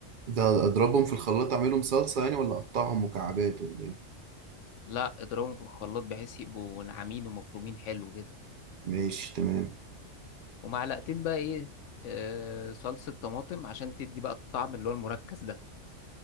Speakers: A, on the right (about 60°); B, on the left (about 75°).
A: ده أضربهم في الخلاط أعملهم صلصة يعني ولا أقطعهم مكعبات ولا إيه
B: لا اضربهم في الخلاط بحيث يبقوا ناعمين ومفرومين حلو كده
A: ماشي تمام
B: ومعلقتين بقى ايه آه صلصة طماطم عشان تدي بقى الطعم اللي هو المركز ده